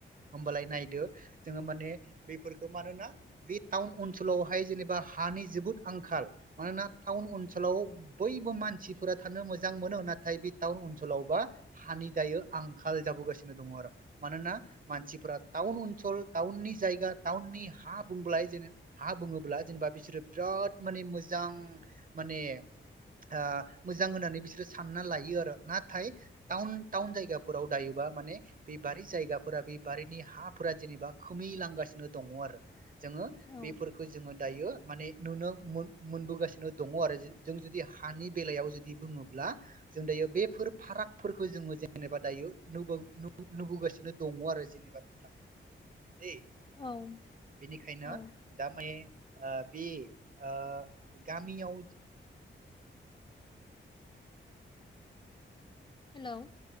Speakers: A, on the right; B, on the left.
A: होमबालाय नायदो जोङो माने बेफोरखौ मानोना बे टाउन ओनसोलावहाय जेनेबा हानि जोबोद आंखाल मानोना टाउन टाउन ओनसोलाव बयबो मानसिफोरा थानो मोजां मोनो नाथाय बे टाउन ओनसोलावबा हानि दायो आंखाल जाबोगासिनो दङ आरो मानोना मानसिफोरा टाउनावनो सहर टाउननि जायगा टाउननि हा बुङोब्ला जेन हा बुङोब्ला जेनेबा बिसोरो बिराद माने मोजां माने आ मोजां होननानै बिसोरो सानना लायो आरो नाथाय टाउन टाउन जायगाफोराव फोराव दायोबा माने बे बारि जायगाफोरा बे बारिनि हाफोरा जेनेबा खमाय लांगासिनो दङ जोङो
B: औ
A: बेफोरखौ जोङो दायो माने नुनो मोनबोगासिनो दङ आरो जों जुदि हानि बेलायाव जुदि बुङोब्ला जों दायो बेफोर फाराग फोरफोरखौ जोङो जेनेबा दायो नुबोगासिनो दङ आरो जेनेबा नोंथां दै
B: औ
A: बेनिखायनो
B: औ
A: दा मान ओ बे ओ गामियाव
B: हेल'